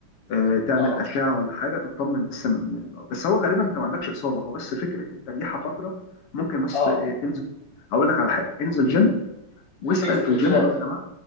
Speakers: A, on the left (about 85°); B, on the left (about 50°).
A: آه، تعمل
B: اه
A: اشعه ولا حاجه تطمن بس م- بس هو غالبا انت ما عندكش اصابه هو بس فكره التريحه فتره ممكن بس
B: اه
A: آه، تنزل هقول لك على حاجه انزل جيم واسال
B: محتاج استرتشات
A: في الجيم قول لهم يا جماعه